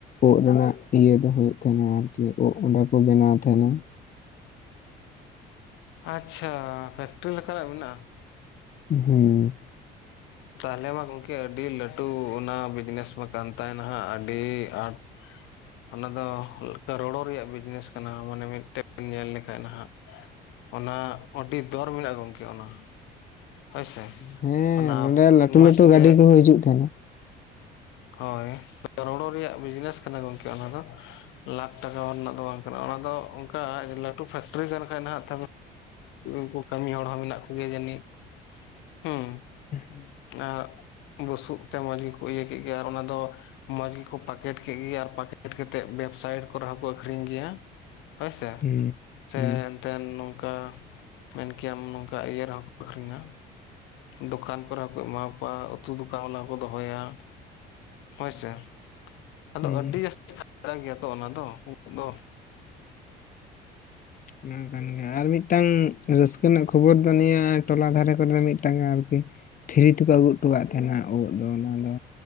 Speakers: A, on the left; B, on the left.
A: ᱩᱫ ᱨᱮᱱᱟᱜ ᱤᱭᱟᱹ ᱫᱚ ᱦᱩᱭᱩᱜ ᱛᱟᱦᱮᱱᱟ ᱟᱨᱠᱤ ᱩᱫ ᱚᱸᱰᱮ ᱠᱚ ᱵᱮᱱᱟᱣ ᱛᱟᱦᱮᱱᱟ᱾
B: ᱟᱪᱪᱷᱟ ᱯᱷᱮᱠᱴᱨᱤ ᱞᱮᱠᱟᱱᱟᱜ ᱢᱮᱱᱟᱜᱼᱟ?
A: ᱦᱩᱸ᱾
B: ᱛᱟᱦᱚᱞᱮ ᱢᱟ ᱜᱚᱝᱠᱮ ᱟᱹᱰᱤ ᱞᱟᱹᱴᱩ ᱚᱱᱟ ᱵᱤᱡᱽᱱᱮᱥ ᱢᱟ ᱠᱟᱱ ᱛᱟᱭᱱᱟᱦᱟᱜ ᱟᱹᱰᱤ ᱟᱸᱴ ᱚᱱᱟ ᱫᱚ ᱠᱟᱨᱚᱲᱚ ᱨᱮᱭᱟᱜ ᱵᱤᱡᱽᱱᱮᱥ ᱠᱟᱱᱟ ᱢᱟᱱᱮ ᱢᱤᱫᱴᱮᱱ ᱧᱮᱞ ᱞᱮᱠᱷᱟᱡ ᱱᱟᱦᱟᱜ᱾ ᱚᱱᱟ ᱟᱹᱰᱤ ᱫᱚᱨ ᱢᱮᱱᱟᱜ-ᱟ ᱜᱚᱝᱠᱮ ᱚᱱᱟ᱾ ᱦᱳᱭᱥᱮ
A: ᱦᱮᱸ
B: ᱚᱱᱟ
A: ᱱᱚᱸᱰᱮ ᱞᱟᱹᱴᱩ
B: ᱢᱚᱡᱽ
A: ᱞᱟᱹᱴᱩ
B: ᱛᱮ
A: ᱜᱟᱹᱰᱤ ᱠᱚᱦᱚᱸ ᱦᱤᱡᱩᱜ ᱛᱟᱦᱮᱱᱟ᱾
B: ᱦᱳᱭ ᱠᱟᱨᱚᱲᱚ ᱨᱮᱭᱟᱜ ᱵᱤᱡᱽᱱᱮᱥ ᱠᱟᱱᱟ ᱜᱚᱝᱠᱮ ᱚᱱᱟ ᱫᱚ᱾ ᱞᱟᱠᱷ ᱴᱟᱠᱟ ᱨᱮᱱᱟᱜ ᱫᱚ ᱵᱟᱝ ᱠᱟᱱᱟ ᱚᱱᱟᱫᱚ ᱚᱱᱠᱟ ᱞᱟᱹᱴᱩ ᱯᱷᱮᱠᱴᱨᱤ ᱠᱟᱱ ᱠᱷᱟᱡ ᱱᱟᱦᱟᱜ ᱩᱱᱠᱩ ᱠᱟᱹᱢᱤ ᱦᱚᱲ ᱦᱚᱸ ᱢᱮᱱᱟᱜ ᱠᱚ ᱜᱮᱭᱟ ᱡᱟᱱᱤᱡ ᱦᱩᱸ
A: <inaudible>
B: ᱟᱨ ᱵᱩᱥᱩᱵ ᱛᱮ ᱢᱚᱸᱡᱽ ᱜᱮᱠᱚ ᱤᱭᱟᱹ ᱠᱮᱫ ᱜᱮ ᱟᱨ ᱚᱱᱟᱫᱚ ᱢᱚᱸᱡᱽ ᱜᱮᱠᱚ ᱯᱟᱠᱮᱴ ᱠᱮᱫ ᱜᱮ ᱟᱨ ᱯᱟᱠᱮᱴ ᱠᱟᱛᱮᱫ ᱳᱭᱮᱵᱥᱟᱭᱤᱴ ᱠᱚᱨᱮ ᱦᱚᱸᱠᱚ ᱟᱹᱠᱷᱨᱤᱧ ᱜᱮᱭᱟ᱾ ᱦᱳᱭ ᱥᱮ᱾
A: ᱦᱩᱸ
B: ᱪᱮ
A: ᱦᱩᱸ
B: ᱮᱱᱛᱮ ᱱᱚᱝᱠᱟ ᱢᱮᱱ ᱠᱮᱭᱟᱢ ᱱᱚᱝᱠᱟ ᱤᱭᱟᱹ ᱨᱮᱦᱚᱸ ᱠᱚ ᱟᱹᱠᱷᱨᱤᱧᱟ᱾ ᱫᱚᱠᱟᱱ ᱠᱚᱨᱮ ᱦᱚᱸᱠᱚ ᱮᱢᱟᱣ ᱠᱚᱣᱟ ᱩᱛᱩ ᱫᱚᱠᱟᱱ ᱟᱣᱞᱟ ᱦᱚᱸᱠᱚ ᱫᱚᱦᱚᱭᱟ᱾ ᱦᱳᱭ
A: ᱦᱩᱸ
B: ᱥᱮ ᱟᱫᱚ
A: ᱦᱩᱸ
B: ᱟᱹᱰᱤ ᱡᱟᱹᱥᱛᱤ <inaudible> ᱜᱮᱭᱟ ᱛᱚ ᱚᱱᱟ ᱫᱚ ᱩᱫ ᱫᱚ᱾
A: <inaudible> ᱠᱟᱱ ᱜᱮᱭᱟ ᱟᱨ ᱢᱤᱫᱴᱟᱝ ᱨᱟᱹᱥᱠᱟᱹ ᱨᱮᱱᱟᱜ ᱠᱷᱚᱵᱚᱨ ᱫᱚ ᱱᱤᱭᱟᱹ ᱴᱚᱞᱟ ᱫᱷᱟᱨᱮ ᱠᱚᱨᱮ ᱫᱚ ᱢᱤᱫᱴᱟᱝ ᱟᱨᱠᱤ ᱯᱷᱨᱤ ᱛᱮᱠᱚ ᱟᱹᱜᱩ ᱦᱚᱴᱚᱜ ᱠᱟᱱ ᱛᱟᱦᱮᱱᱟ ᱩᱸᱫ ᱫᱚ ᱚᱱᱟ ᱫᱚ᱾